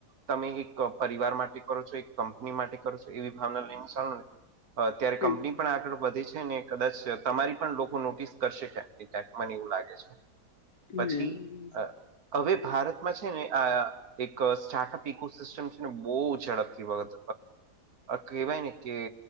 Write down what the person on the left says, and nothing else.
હમ
હમ
હમ